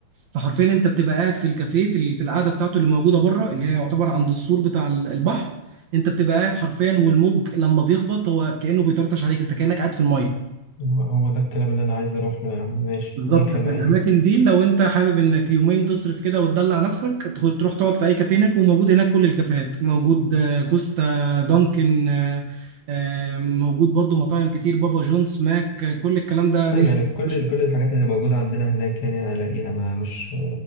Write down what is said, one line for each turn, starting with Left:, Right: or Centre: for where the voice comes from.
Right: فحرفيا انت بتبقى قاعد في الكافيه في ال- في القعده بتاعته اللي موجوده بره اللي هي يعتبر عند السور بتاع ال- البحر انت بتبقى قاعد حرفيا والموج لما بيخبط هو كانه بيطرطش عليك انت كانك قاعد في الميه
Left: هو هو ده الكلام اللي انا عايز اروح له يا عم ماشي
Right: بالظبط
Left: ايه كمان
Right: فالاماكن دي لو انت حابب انك يومين تصرف كده وتدلع نفسك تخ- تروح تقعد في اي كافيه هناك وموجود هناك كل الكافيهات موجود آه، كوستا دانكن آه، آه، موجود برضو مطاعم كتير بابا جونز ماك آه، كل الكلام ده نل-
Left: حلو يعني كل
Right: <laughs>
Left: كل الحاجات اللي موجودة عندنا هناك يعني هلاقيها ما مش